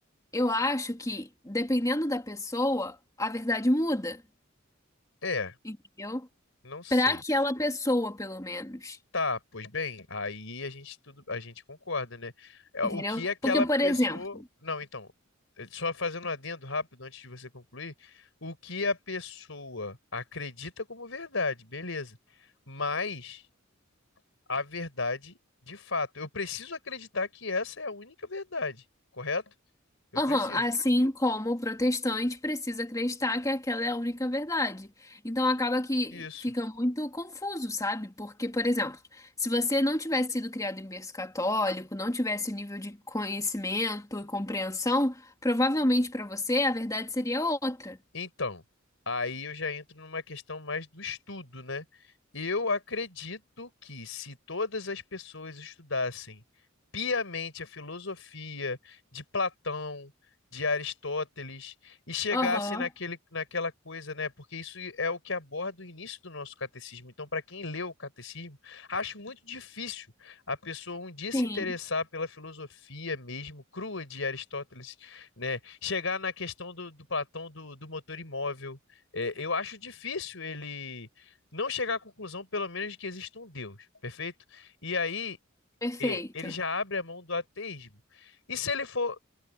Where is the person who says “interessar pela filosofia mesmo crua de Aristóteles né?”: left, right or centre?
Left